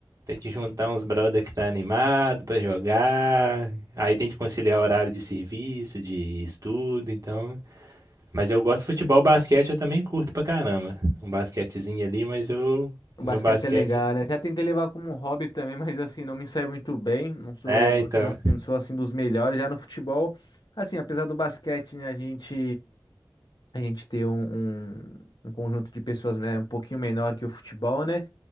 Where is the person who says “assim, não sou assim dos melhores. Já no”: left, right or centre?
Left